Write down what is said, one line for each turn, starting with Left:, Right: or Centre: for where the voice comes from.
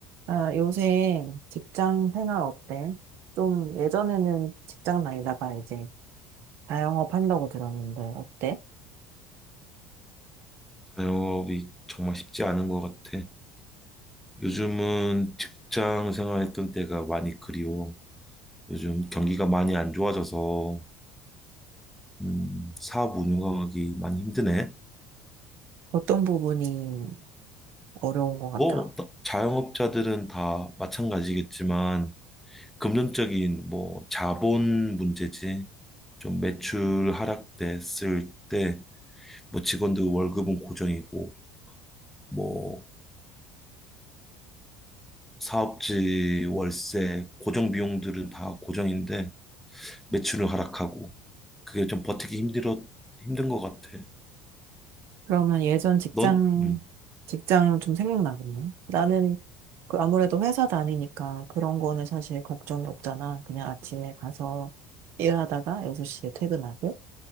Right: 아, 요새 직장 생활 어때? 좀 예전에는 직장 다니다가 이제 자영업 한다고 들었는데 어때?
Centre: 자영업이 정말 쉽지 않은 것 같아. 요즘은 직장 생활했던 때가 많이 그리워. 요즘 경기가 많이 안 좋아져서 음, 사업 운영하기 많이 힘드네.
Right: 어떤 부분이 어려운 것 같아?
Centre: 뭐 또 자영업자들은 다 마찬가지겠지만 금전적인 뭐 자본 문제지. 좀 매출 하락됐을 때 뭐 직원들 월급은 고정이고 뭐 사업지 월세 고정 비용들은 다 고정인데 매출을 하락하고 그게 좀 버티기 힘들어 힘든 것 같아.
Right: 그러면 예전 직장,
Centre: 넌? 음.
Right: 직장 좀 생각나겠네. 나는 그 아무래도 회사 다니니까 그런 거는 사실 걱정이 없잖아. 그냥 아침에 가서 일하다가 6시에 퇴근하고